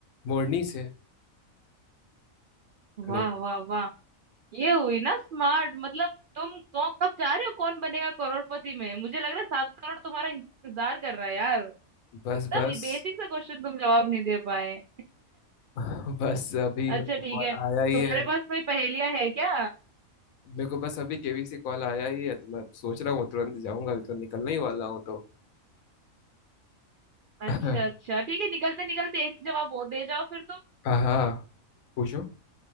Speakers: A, on the left (about 75°); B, on the right (about 90°).
A: मोरनी से हेलो
B: वाह वाह वाह ये हुई ना स्मार्ट मतलब तुम कौन कब जा रहे हो कौन बनेगा करोड़पति में मुझे लग रहा है सात करोड़ तुम्हारा इंतजार कर रहा है यार
A: बस
B: इतना
A: बस
B: बेसिक सा क्वेश्चन तुम जवाब नहीं दे पाए
A: <laughs> बस अभी
B: अच्छा
A: मेरे को
B: ठीक
A: कॉल
B: है तुम्हारे
A: आया ही है
B: पास कोई पहेलियां है क्या
A: मेरे को बस अभी केवी से कॉल आया ही है तो मैं सोच रहा हूँ तुरंत जाऊंगा अभी तो निकलने ही वाला हूँ तो
B: अच्छा
A: <laughs>
B: अच्छा ठीक है निकलते निकलते एक जवाब और दे जाओ फिर तुम
A: हाँ पूछो